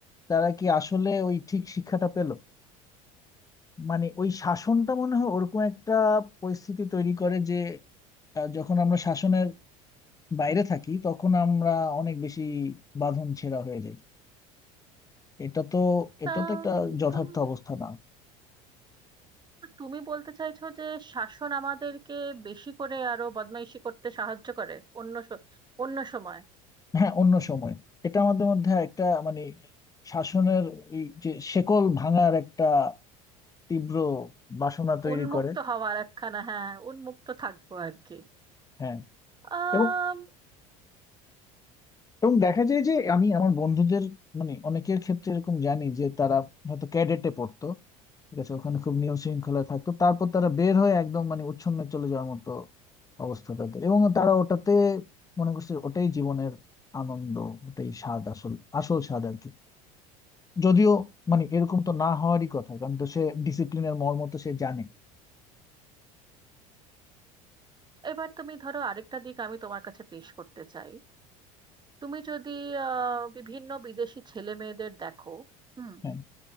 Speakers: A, on the left; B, on the right.
A: তারা কি আসলে ওই ঠিক শিক্ষাটা পেল মানে ওই শাসনটা মনে হয় ওরকম একটা পরিস্থিতি তৈরি করে যে আহ, যখন আমরা শাসনের বাইরে থাকি তখন আমরা অনেক বেশি বাঁধন ছেঁড়া হয়ে যাই এটা তো এটা
B: তা
A: তো একটা
B: উম,
A: যথার্থ
B: তুমি
A: অবস্থা না
B: তুমি বলতে চাইছো যে শাসন আমাদেরকে বেশি করে আরো বদমাইশি করতে সাহায্য করে অন্য স- অন্য সময়
A: হ্যাঁ অন্য সময় এটা আমাদের মধ্যে একটা মানে শাসনের এই যে শেকল ভাঙার একটা তীব্র বাসনা তৈরি
B: উন্মুক্ত
A: করে
B: হওয়ার একখানা হ্যাঁ উন্মুক্ত থাকবো আর কি
A: হ্যাঁ
B: আম,
A: এবং এবং দেখা যায় যে আমি আমার বন্ধুদের মানে অনেকের ক্ষেত্রে এরকম জানি যে তারা হয়তো ক্যাডেটে পড়তো ঠিক আছে ওখানে খুব নিয়ম শৃঙ্খলা থাকতো তারপর তারা বের হয়ে একদম মানে উচ্ছন্নে চলে যাওয়ার মতো অবস্থা তাদের এবং তারা ওটাতে মনে করছে ওটাই জীবনের আনন্দ ওটাই স্বাদ আসল আসল স্বাদ আর কি যদিও মানে এরকম তো না হওয়ারই কথা কারণ তো সে ডিসিপ্লিনের মর্ম তো সে জানে
B: এবার তুমি ধরো আরেকটা দিক আমি তোমার কাছে পেশ করতে চাই তুমি যদি আহ, বিভিন্ন বিদেশি ছেলে মেয়েদের দেখো হুম
A: হ্যাঁ